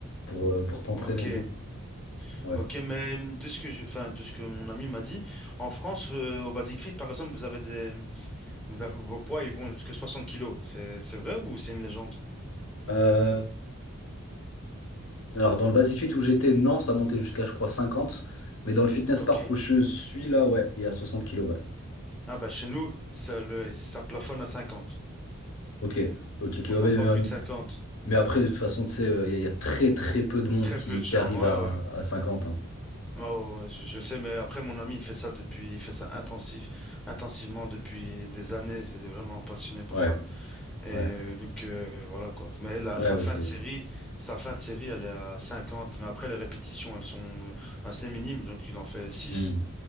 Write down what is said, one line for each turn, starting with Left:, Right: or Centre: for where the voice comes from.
Left: pour, euh, pour t'entraîner
Centre: Ok,
Left: et tout. Ouais.
Centre: ok. Mais euh, de ce que je, enfin, de ce que mon ami m'a dit, en France, euh, au Basic Fit, par exemple, vous avez des, vous avez- vos poids, ils vont jusqu'à 60 kilos. C'est, c'est vrai ou c'est une légende?
Left: Euh, Alors, dans le Basic Fit où j'étais, non, ça montait jusqu'à, je crois, cinquante Mais dans le Fitness
Centre: Ok.
Left: Park où je suis là, ouais, il y a soixante kilos, ouais.
Centre: Ah bah chez nous, ça, le- ça plafonne à 50.
Left: Ok, ok, ok.
Centre: On
Left: ouais,
Centre: n'a
Left: ouais,
Centre: pas plus
Left: mais,
Centre: de 50,
Left: mais après, de toute façon, tu sais, euh, il y, a il y a très, très peu de monde
Centre: Très
Left: qui,
Centre: peu de gens.
Left: qui arrive
Centre: Ouais,
Left: à,
Centre: ouais.
Left: à cinquante hein.
Centre: Ouais, ouais, ouais, je, je le sais, mais après mon ami, il fait ça depuis, il fait ça intensif, intensivement depuis des années. Il est vraiment passionné par
Left: Ouais,
Centre: ça. Et euh,
Left: ouais,
Centre: donc euh, voilà quoi. Mais là,
Left: ouais,
Centre: sa
Left: bah,
Centre: fin
Left: c'est.
Centre: de série, sa fin de série, elle est à 50. Mais après les répétitions, elles sont euh, assez minimes. Donc il en fait 6,
Left: hmm,